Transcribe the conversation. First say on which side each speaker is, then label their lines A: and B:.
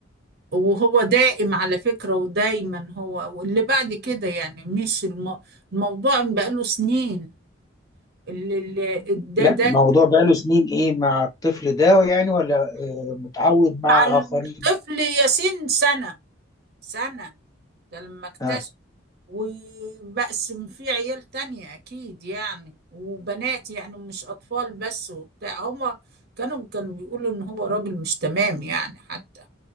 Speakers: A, on the right (about 55°); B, on the left (about 20°).
A: وهو دائم على فكرة ودايما هو واللي بعد كده يعني مش الم... الموضوع بقاله سنين اللي اللي- ده
B: لا
A: ده
B: موضوع بقاله سنين ايه مع الطفل ده يعني ولا آه متعود
A: مع
B: مع
A: الطفل
B: آخرين
A: ياسين سنة سنة ده لما اكتشف
B: ها
A: وبقسم فيه عيال تانية أكيد يعني وبنات يعني مش أطفال بس وبتاع هما كانوا كانوا بيقولوا إن هو راجل مش تمام يعني حتى